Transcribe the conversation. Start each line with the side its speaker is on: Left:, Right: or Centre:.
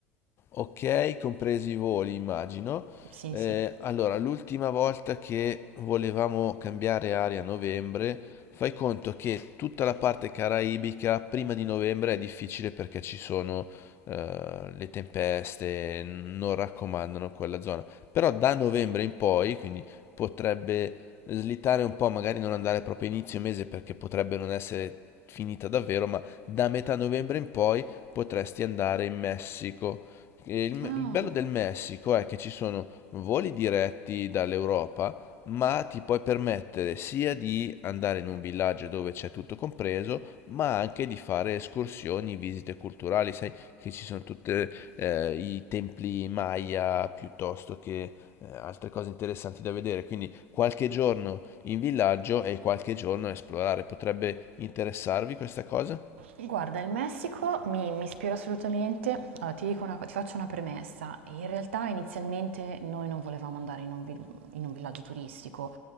Left: Ok, compresi i voli, immagino.
Right: Sì,
Left: Eh,
Right: sì.
Left: allora, l'ultima volta che volevamo cambiare aria a novembre, fai conto che tutta la parte caraibica prima di novembre è difficile perché ci sono eh, le tempeste, non raccomandano quella zona. Però da novembre in poi, quindi potrebbe slittare un po', magari non andare proprio a inizio mese perché potrebbe non essere finita davvero, ma da metà novembre in poi potresti andare in Messico. E Il,
Right: Ah,
Left: il bello del Messico è che ci sono voli diretti dall'Europa, ma ti puoi permettere sia di andare in un villaggio dove c'è tutto compreso, ma anche di fare escursioni, visite culturali. Sai che ci sono tutti i templi Maya piuttosto che eh, altre cose interessanti da vedere. Quindi qualche giorno in villaggio e qualche giorno a esplorare. Potrebbe interessarvi questa cosa?
Right: Guarda, il Messico mi, mi ispira assolutamente. Allora, ti dico una co- ti faccio una premessa. In realtà inizialmente noi non volevamo andare in un, vi- in un villaggio turistico.